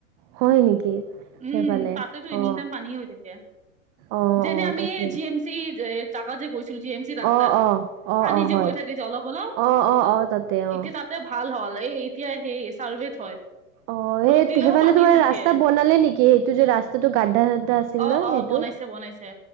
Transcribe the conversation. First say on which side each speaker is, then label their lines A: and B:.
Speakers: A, on the right; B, on the right.
A: হয় নেকি
B: উম
A: সেইফালে
B: তাতেতো এনি
A: অ
B: টাইম পানী হৈ থাকে।
A: অ
B: যেনে
A: অ
B: আমি
A: তাকে
B: জি এম চি জাগা যে গৈছিলো জি এমি
A: অ',
B: ৰাস্তাত
A: অ', অ',
B: পানী
A: অ',
B: যে
A: হয়।
B: হৈ থাকে যে, অলপ অলপ
A: অ', অ', অ', তাতে অ'।
B: এতিয়া তাত ভাল হ'ল এই এতিয়া সেই চাৰ্ভিত হয়।
A: অ', সেই
B: ৰ'দ দিলেও
A: সেইফালে
B: পানী
A: তোমাৰ
B: থাকে
A: ৰাস্তা বনালে নেকি? সেইটো যে ৰাস্তাটো গাড্ডা চাড্ডা আছিল
B: অ',
A: ন
B: অ',
A: সেইটোত?
B: বনাইছে বনাইছে।